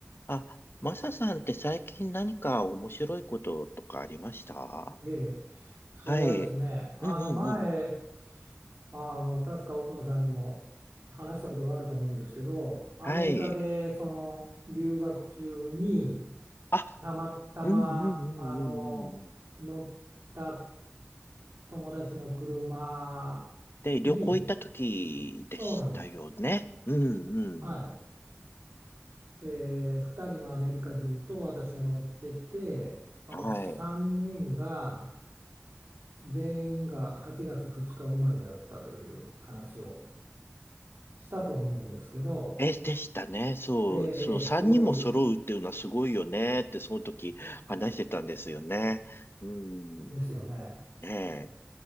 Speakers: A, on the left; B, on the right.
A: あ、マサさんって最近何か面白いこととかありました
B: ええ、それがですね、
A: はい。
B: あの前、
A: うんうんうん。
B: あの確か奥野さんにも話したことがあると思うんですけど、アメリカでその留学中に
A: はい。あ、
B: たまたまあの乗った
A: うんうんうんうんうんうん。
B: 友達の車
A: で、旅行行った時でしたよね。
B: に、そうなんです。
A: うん
B: はい。
A: うん。
B: えー、2人のアメリカ人と私が乗ってて、その3人が
A: はい。
B: 全員が8月2日生まれだったという話をしたと思うんですけど、
A: え、でしたね。そう、
B: ええええすごいま
A: そう、三人も揃うっていうのはすごいよねって、その時話してたんですよね。うん。
B: ですよね。
A: ええ。